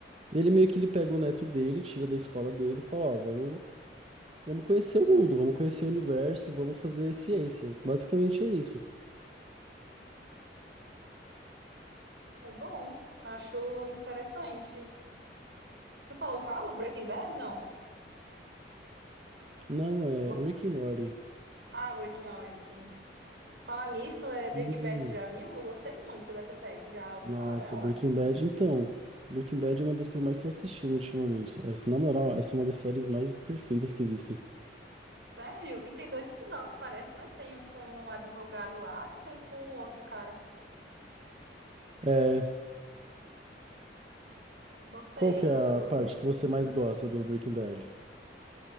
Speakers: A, on the right (about 35°); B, on the right (about 70°).
A: E ele meio que ele pega o neto dele, tira da escola dele e fala, ó, vamos Vamos conhecer o mundo, vamos conhecer o universo, vamos fazer ciência. Basicamente é isso.
B: É bom, acho interessante. Tu falou qual? Breaking Bad? Não.
A: Não, é
B: Mo-
A: Rick and Morty.
B: Ah, Breaking Orange, sim. Falar nisso, é
A: Sim.
B: Breaking Bad, tu já viu? Eu gostei muito dessa série. Tu já ouviu
A: Nossa,
B: falar dela?
A: Breaking Bad, então. Breaking Bad é uma das que eu mais tô assistindo ultimamente. Essa, na moral, essa é uma das séries mais perfeitas que existem.
B: Sério? E tem dois spin-offs, parece, né? Tem um com um advogado lá e tem com outro cara.
A: É,
B: Gostei,
A: qual que
B: eu,
A: é
B: eu gostei.
A: a parte que você mais gosta do Breaking Bad?